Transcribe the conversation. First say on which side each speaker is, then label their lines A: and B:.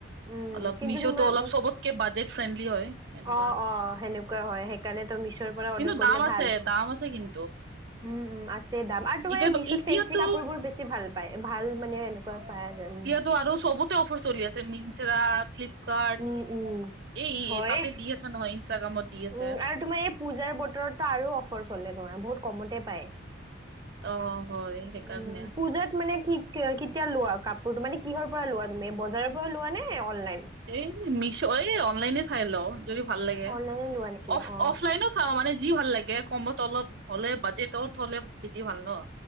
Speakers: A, on the right; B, on the right.
A: উম
B: অলপ,
A: কিন্তু
B: মিছতো
A: তোমাৰ
B: অলপ চবতকে বাজেট ফ্ৰেণ্ডলি হয়। এনেকুৱা
A: অঁ-অঁ! সেনেকুৱা হয় সেইকাৰণেতো মিছৰ পৰা অৰ্ডাৰ
B: কিন্তু
A: কৰিলে
B: দাম আছে
A: ভাল।
B: দাম আছে কিন্তু।
A: উম-উম! আছে দাম। আৰু তোমাৰ
B: এতিয়াতো
A: এই মিছত
B: এতিয়াতো
A: ফেঞ্চি কাপোৰবোৰ বেছি বেছি ভাল পায়। ভাল মানে এনেকুৱা পায় যে উম।
B: ত আৰু চবতে অফাৰ চলি আছে মিনট্ৰা, ফিলিপকাৰ্ট।
A: উম উম
B: এই-এই
A: হয়
B: তাতে দি <unintelligible> নহয় ইনষ্টাগ্ৰামত। দি আছে
A: উম! আৰু তোমাৰ এই পূজাৰ বতৰতো আৰু অফাৰ চলে নহয় বহুত কমতে পায়। উম!
B: অ হয় সেইকাৰণে
A: পূজাত মানে কি-কি কেতিয়া লোৱা কাপোৰটো মানে কিহৰ পৰা লোৱা তুমি বজাৰৰ পৰা লোৱা নে অনলাইন?
B: এই মিছৰ এই অনলাইনে চাই লওঁ যদি ভাল লাগে।
A: অনলাইনে লোৱা নেকি
B: অফ-অফলাইন
A: অ
B: চাওঁ মানে যি ভাল লাগে কমত অলপ হ'লে বাজেটত হ'লে বেছি ভাল ন।